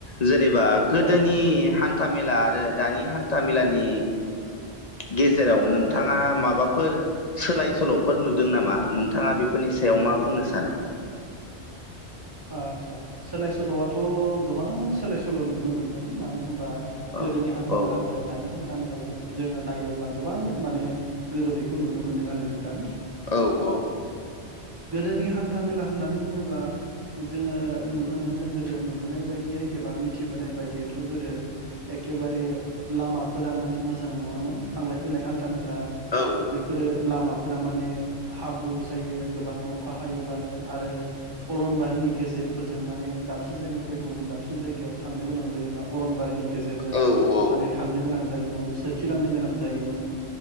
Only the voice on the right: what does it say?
औ
औ
आदसा सोलाय सोल'आथ' गोबां सोलाय सोल' नुनो मोनदों मानो होनबा
गोदोनि हान्था
मेला ज जों दानि हान्था मेलाजों जोङो नायोब्ला गोबां माने गोरोबैखौ नुनो मोनदों आरो नोंथां
गोदोनि हान्था मेला होननानै बुङोब्ला जोङो नुनो मोनो गोदो नुबोनाय बायदियै एबा मिथिबोनाय बायदियैथ' गोदो एखेबारे लामाफोरा माने मोजां नङामोन थांलाय फैलाय हान्था मेला
बेफोरो लामा फोर माने हाब्रु जायो गोबांनो अखा हायोबानो आरो अरनबारिनि गेजेरफोरजों माने दाबसे जायगानिफ्राय गुबुन दाबसे जायगायाव थांनो गोनां जायोब्ला अरनबारि नि गेजेरजों
माने थांनो गोनां जायोमोन सोरखिलांनो गोनां जायोमोन